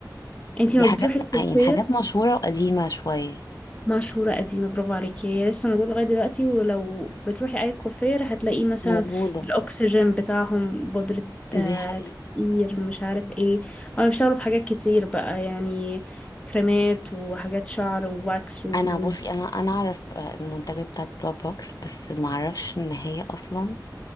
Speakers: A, on the left (about 15°); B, on the left (about 55°).
A: انتي
B: دي
A: ما
B: حاجات
A: بتروحي الكوافير
B: يعني حاجات مشهورة وقديمة شوية
A: مشهورة قديمة برافو عليكي هي لسه موجودة لغاية دلوقتي ولو بتروحي أي كوافير هتلاقي مثلا
B: موجودة
A: الأكسجين بتاعهم بودرة
B: دي
A: آه،
B: حقيقة
A: تكتير مش عارف ايه هما بيشتغلوا في حاجات كتير بقى يعني كريمات وحاجات شعر وواكس وزيوت
B: انا بصي انا انا اعرف المنتجات بتاعت بلاد بوكس بس ما اعرفش ان هي اصلا